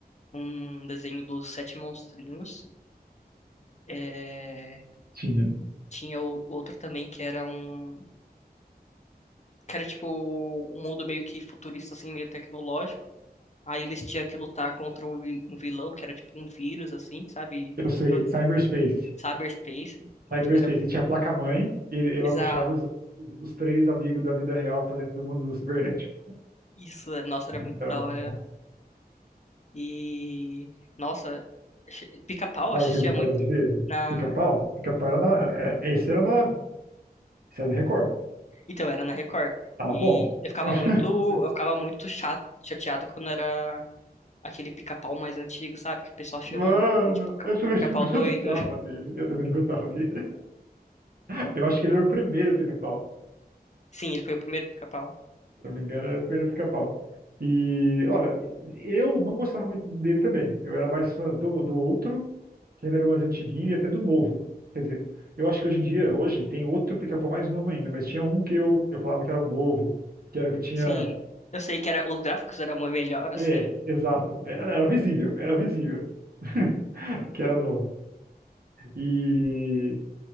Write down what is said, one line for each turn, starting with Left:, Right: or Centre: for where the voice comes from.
Left: um desenho dos Sete Monstrinhos. É,
Right: Tinha.
Left: Tinha o- outro também que era um. Que era tipo um mundo meio que futurista, assim, meio tecnológico. Aí eles tinham que lutar contra um vi- um vilão que era tipo um vírus, assim, sabe? E,
Right: Eu sei,
Left: Pro-
Right: Cyberspace.
Left: E cyberspace. Muito.
Right: Cyberspace,
Left: Era.
Right: e tinha a placa-mãe e
Left: Exato.
Right: ela puxava os, os três amigos da vida real pra dentro do mundo cibernético.
Left: Isso, nossa, era
Right: Então,
Left: muito da hora. E. Nossa, che- Pica-Pau,
Right: <laughs>
Left: eu
Right: sabe
Left: assistia
Right: o que eu gostava
Left: muito.
Right: de ver?
Left: Na.
Right: Pica-pau? Pica-pau era na. é, Esse era na. Esse era no Record.
Left: Então, era na Record.
Right: Ah,
Left: E
Right: bom.
Left: eu ficava
Right: <laughs>
Left: muito, eu ficava muito chato, chateado quando era aquele pica-pau mais antigo, sabe? Que o pessoal chama
Right: Mano,
Left: ele de pica-
Right: eu também
Left: pica-pau
Right: não gostava
Left: doido. <laughs>
Right: dele. Eu também não gostava dele. <laughs> Eu acho que ele era o primeiro pica-pau.
Left: Sim, ele foi o primeiro pica-pau.
Right: Se não me engano, era o primeiro pica-pau. E, olha, eu não gostava muito dele também. Eu era mais fã do, do outro que ainda era mais antiguinho e até do novo. Quer dizer, eu acho que hoje em dia, hoje, tem outro pica-pau mais novo ainda, mas tinha um que eu, eu falava que era o novo, que era o que tinha.
Left: Sim. Eu sei que era, os gráficos eram muito melhor, assim.
Right: É, exato. Era, era visível, era visível. <laughs> Que era novo. E